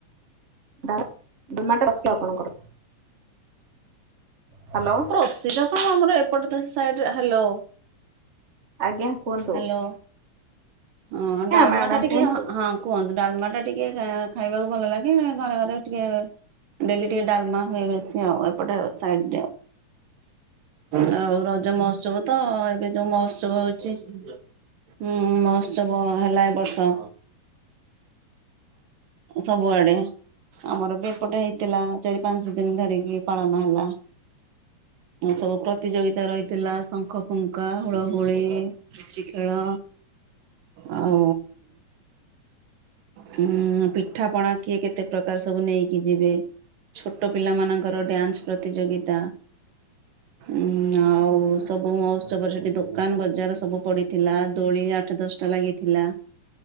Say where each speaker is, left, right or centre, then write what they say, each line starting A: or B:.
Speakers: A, on the right (about 25°); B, on the right (about 85°).
A: ଡା ଡାଲମାଟା <unintelligible> ଆପଣଙ୍କର। ହ୍ୟାଲୋ
B: ପ୍ରସିଦ୍ଧ କଣ ଆମର ଏପଟ ତ ସାଇଡରେ ହ୍ୟାଲୋ।
A: ଆଜ୍ଞା କୁଅନ୍ତୁ।
B: ହ୍ୟାଲୋ। ହଁ ଡାଲମାଟା
A: ମ୍ୟାଡ଼ାମ
B: ଟିକେ
A: କୁହନ୍ତୁ।
B: ହଁ, ହଁ କୁହନ୍ତୁ, ଡାଲମାଟା ଟିକେ ଖାଇବାକୁ ଭଲ ଲାଗେ ଘରେ ଘରେ ଟିକେ ଡେଲି ଟିକେ ଡାଲମା ହୁଏ ବେଶୀ ଆଉ ଏପଟେ ସାଇଡ଼ରେ ଆଉ। ଆଉ ରଜ ମହୋତ୍ସବ ତ ଏବେ ଯୋଉ ମହୋତ୍ସବ ହଉଛି। ହୁଁ, ମହୋତ୍ସବ ହେଲା ଏ ବର୍ଷ। ସବୁଆଡେ। ଆମର ବି ଏପଟେ ହେଇଥିଲା, ଚାରି ପାଞ୍ଚ ଦିନ ଧରିକି ପାଳନ ହେଲା। ସବୁ ପ୍ରତିଯୋଗିତା ରହିଥିଲା, ଶଙ୍ଖ ଫୁଙ୍କା, ହୁଳହୁଳି। ପୁଚି ଖେଳ ଆଉ ହୁଁ-ଉଁ-ଉଁ ପି ପିଠାପଣା କିଏ କେତେ ପ୍ରକାର ସବୁ ନେଇକି ଯିବେ, ଛୋଟ ପିଲାମାନଙ୍କର ଡ୍ୟାନ୍ସ ପ୍ର ପ୍ରତିଯୋଗିତା ଉଁ-ଉଁ ଆଉ ସବୁ ମହୋତ୍ସବରେ ସେଠି ଦୋକ୍ ଦୋକାନ ବଜାର ସବୁ ପଡିଥିଲା, ଦୋଳି ଆଠ ଦଶଟା ଲାଗିଥିଲା।